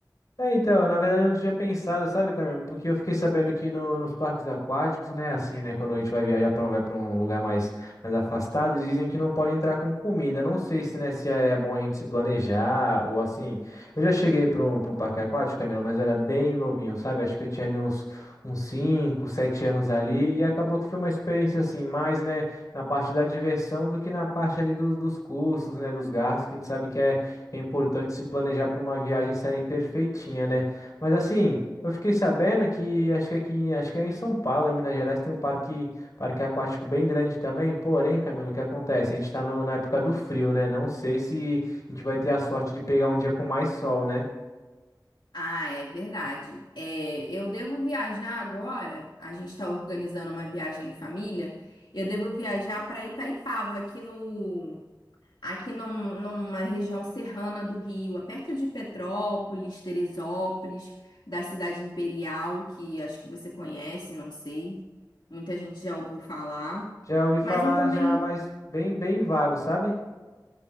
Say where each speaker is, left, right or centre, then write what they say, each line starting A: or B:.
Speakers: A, on the left (about 50°); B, on the left (about 80°).
A: É, então, na verdade eu não tinha pensado, sabe, Camila? Porque eu fiquei sabendo que no- nos parques aquáticos, né, assim, né, quando a gente vai viajar para vai para um lugar mais, mais afastado, eles dizem que não pode entrar com comida. Não sei se, né, se é bom a gente se planejar ou assim. Eu já cheguei para um, para um parque aquático, Camila, mas eu era bem novinho, sabe? Acho que eu tinha ali uns uns 5 7 anos ali e acabou que foi uma experiência assim, mais, né, na parte da diversão do que na parte ali dos, dos custos, né, dos gastos, que a gente sabe que é é importante se planejar para uma viagem sair perfeitinha, né? Mas assim, eu fiquei sabendo que acho que aqui, acho que é em São Paulo, em Minas Gerais, tem um parque, parque aquático bem grande também. Porém, Camilo, o que acontece? A gente está na época do frio, né? Não sei se a gente vai ter a sorte de pegar um dia com mais sol, né?
B: Ah, é verdade. É, eu devo viajar agora. A gente está organizando uma viagem em família. Eu devo viajar para Itaipava, aqui no, aqui num- numa região serrana do Rio, é perto de Petrópolis, Teresópolis, da cidade Imperial, que acho que você conhece, não sei. Muita gente já ouviu falar.
A: Já ouvi falar
B: Mas eu também
A: já, mas bem, bem vago, sabe?